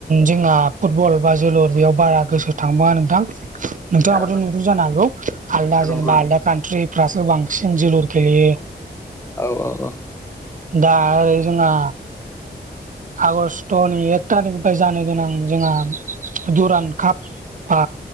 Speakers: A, on the right; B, on the left.
A: जोंहा फुटबल बा जोलुर बेयाव बारा गोसो थांबा नोंथां नोंथाङाबाथ'
B: औ
A: नुदों जानो हागौ आलदा
B: औ नंगौ
A: जेनेबा आलदा
B: नंगौ
A: कन्ट्रिफ्रासो बांसिन जोलुर गलियो
B: औ औ औ
A: दा ओरै जोंहा आगष्ट'नि एक थारिखनिफ्राय जानो गोनां जोंहा दुरान काप बा